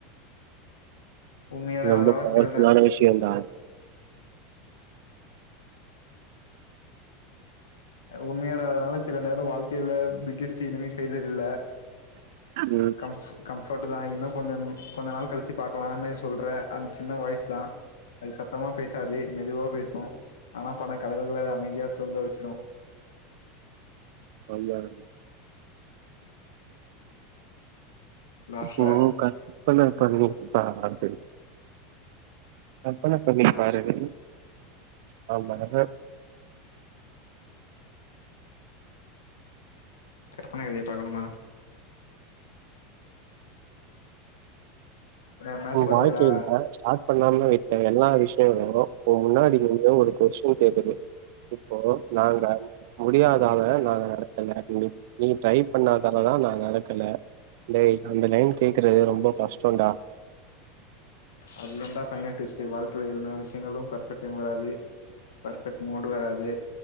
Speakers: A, on the left; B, on the right.
A: உண்மையாடா
B: ரொம்ப
A: அதனால
B: பவர்ஃபுல்லான
A: சில நேர
B: விஷயம்டா
A: உண்மையாடா அதனால சில நேரம் வாழ்க்கையில பிக்கெஸ்ட் லிமிட் ஸ்டேஜ் இல்ல
B: ம்
A: கம் கம்ஃபர்ட் தா இன்னு கொஞ்சம் கொஞ்ச நாள் கழிச்சு பாக்கலான்னு சொல்ற அ சின்ன வாய்ஸ்தா அது சத்தமா பேசாது மெதுவா பேசும் பண கலவுகள அத அமைதியா தூங்க வச்சிடு
B: சொன்னடா
A: லாஸ்ட்ல
B: இப்போ கர்ப்பன பண்ணி சாகாது கர்ப்பன பண்ணிப்பாரு <unintelligible>
A: கற்பன எதைய பாக்கணுமா என்ன மேட்ச் பாத்தியாடா
B: வாழ்க்கையில ஸ்டார்ட் பண்ணாம விட்ட எல்லா விஷயங்களும் இப்ப முன்னாடி வந்து ஒரு கொஸ்டின் கேக்குது இப்போ நாங்க முடியாதாக நாங்க நடக்கலண்ட நீ ட்ரை பண்ணதால தா நா நடக்கல டே அந்த லைன் கேக்குறது ரொம்ப கஷ்டம்டா
A: அது தான்டா ஃபைனல் டுவிஸ்ட் வாழ்க்கையில எல்லா விஷயங்களும் பர்ஃபெக்ட வராது பர்பெக்ட் மூடு்வராது